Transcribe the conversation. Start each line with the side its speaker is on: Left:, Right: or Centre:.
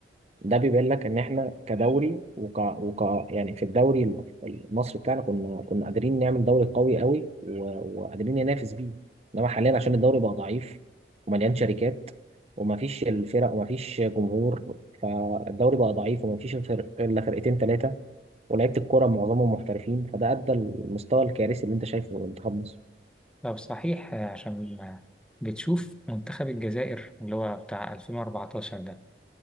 Right: ده بيبين لك ان احنا كدوري وك... وك... يعني في الدوري ال- المصري بتاعنا كنا كنا قادرين نعمل دوري قوي قوي و... وقادرين ننافس بيه انما حاليا عشان الدوري بقى ضعيف ومليان شركات ومفيش الفرق ومفيش جمهور فالدوري بقى ضعيف ومفيش الفرق الا فرقتين ثلاثه ولعيبه الكوره معظمهم محترفين فده ادى المستوى الكارثي اللي انت شايفه في منتخب مصر
Centre: طب صحيح آه، عشان آه، بتشوف منتخب الجزائر اللي هو بتاع 2014 ده